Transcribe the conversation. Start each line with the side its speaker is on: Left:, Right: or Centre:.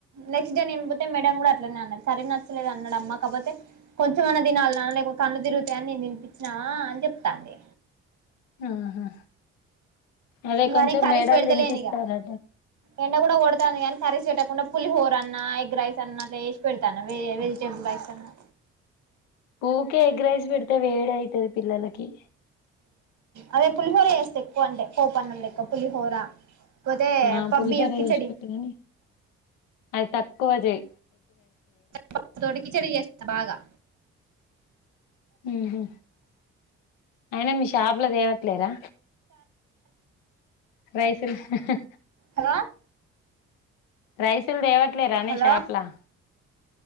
Right: నెక్స్ట్ డే నేను పోతే మేడం కూడా అట్లనే అన కర్రీ నచ్చలేదు అన్నాడమ్మాకపోతే కొంచంమన్నా తినాలి అ లే కళ్ళు తరుగుతాయని నేను తనిపించినావా అ చెప్తాంది
Left: ఆహా అదే
Right: నారి
Left: కొంచెం
Right: కర్రీస్
Left: మేడాలు
Right: పెడతలే
Left: తినిపిస్తారట
Right: ఏనిగ ఎండ కూడా కొడతా నను కరీస్ పెట్టకుండా పులిహోర అన్నా, ఎగ్ రైస్ అన్నా వేసి పెడతాను. వెజిటేబుల్ రైస్ అన్నా
Left: ఊకే ఎగ్రైస్ పెడితే వేడి అయితది పిల్లలకి
Right: అదే పులిహోర ఏస్తే ఎక్కువ అంటే పోపన్నం లెక్క పులిహోర పోతే
Left: ఆ
Right: పబ్బి
Left: పులిహోర
Right: అఖిచడి
Left: చేసి పెట్టు గాని అది తక్కువ జయ్
Right: ప తోటి కిచెడి చేస్తా బాగా
Left: ఉహు అయినా మీ షాప్ లో దేవట్లేరా రైస్లు అహ్హ్
Right: హలో
Left: రైసులు తేవట్లే రానే
Right: హలో
Left: షాపులో